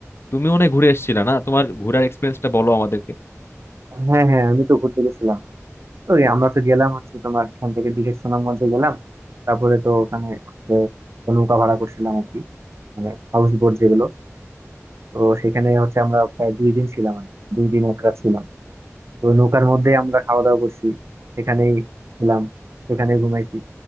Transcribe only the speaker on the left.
তুমি মনে হয় ঘুরে এসেছিলে না তোমার ঘোরার এক্সপিরিয়েন্সটা বলো আমাদের